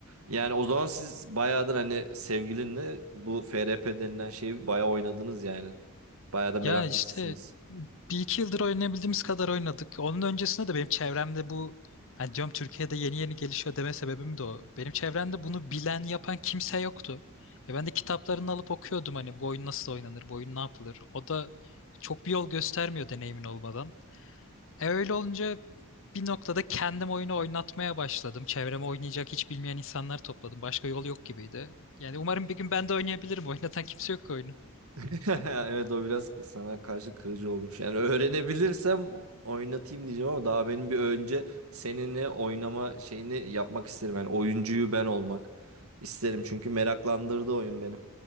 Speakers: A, on the right (about 70°); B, on the left (about 60°).
A: Yani o zaman siz bayağıdır hani sevgilinle bu FRP denilen şeyi bayağı oynadınız yani. Bayağı da meraklısınız.
B: Ya işte bir iki yıldır oynayabildiğimiz kadar oynadık. Onun öncesinde de benim çevremde bu hani diyorum Türkiye'de yeni yeni gelişiyor deme sebebim de o. Benim çevremde bunu bilen yapan kimse yoktu. Ya ben de kitaplarını alıp okuyordum hani bu oyun nasıl oynanır, bu oyun ne yapılır. O da çok bir yol göstermiyor deneyimin olmadan. E öyle olunca bir noktada kendim oyunu oynatmaya başladım. Çevreme oynayacak hiç bilmeyen insanlar topladım. Başka yol yok gibiydi. Yani umarım bir gün ben de oynayabilirim. <laughs> Oynatan kimse yok ki oyunu.
A: <laughs> Evet o biraz sana karşı kırıcı olmuş. Yani öğrenebilirsem o- oynatayım diyeceğim ama daha benim bir önce seninle oynama şeyini yapmak isterim. Yani oyuncuyu ben olmak isterim çünkü meraklandırdı oyun beni.